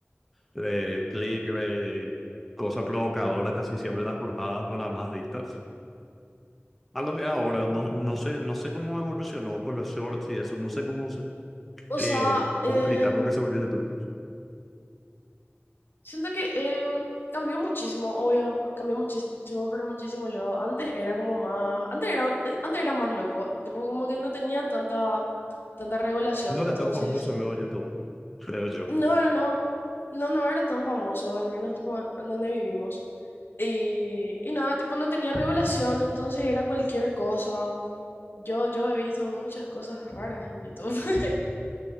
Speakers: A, in the centre; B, on the left.
A: eh, clickbait, cosas provocadoras, casi siempre las portadas para más vistas. A lo que ahora,
B: Ajá.
A: no, no sé, no sé cómo evolucionó con los shorts y eso, no sé cómo, se-
B: O
A: qué,
B: sea,
A: cómo
B: eh,
A: explicar lo que se volvió YouTube.
B: siento que em, cambió muchísimo, obvio, cambió muchísimo, pero muchísimo luego. Antes era como más, antes era, eh, antes era más loco, tipo como que no tenía tanta, tanta regulación,
A: No
B: entonces
A: era tan famoso luego YouTube, creo yo.
B: No, no, no. No, no era tan famoso, al menos tipo en donde vivimos. Y, y nada, tipo no tenía regulación, entonces era cualquier cosa. Yo, yo he visto muchas cosas raras en YouTube. <laughs>